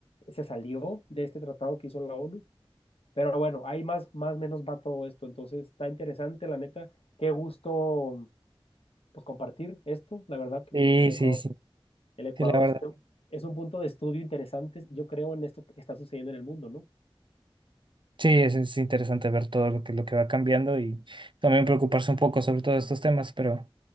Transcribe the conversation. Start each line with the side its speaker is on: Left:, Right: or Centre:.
Left: se salió de este tratado que hizo la ONU. Pero bueno, ahí más, más menos va todo esto. Entonces está interesante, la neta. Qué gusto pues compartir esto, la verdad, porque
Right: sí,
Left: el Ecuador,
Right: sí, sí,
Left: el Ecuador
Right: sí, la verdad.
Left: se- es un punto de estudio interesante, yo creo, en esto que está sucediendo en el mundo, ¿no?
Right: Sí, es, es interesante ver todo lo que, lo que va cambiando y también preocuparse un poco sobre todos estos temas, pero